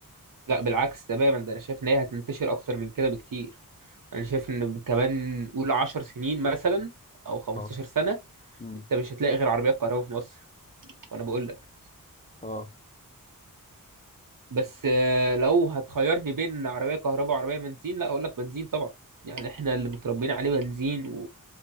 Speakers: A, on the right; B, on the left.
A: لا بالعكس تماما ده انا شايف ان هي هتنتشر اكتر من كده بكتير انا شايف ان كمان قول 10 سنين مثلا او 15
B: اه
A: سنه
B: امم
A: انت مش هتلاقي غير عربيات كهرباء في مصر وانا بقول لك
B: اه
A: بس آه، لو هتخيرني بين عربية كهرباء وعربية بنزين لا أقول لك بنزين طبعا يعني احنا اللي متربيين عليه بنزين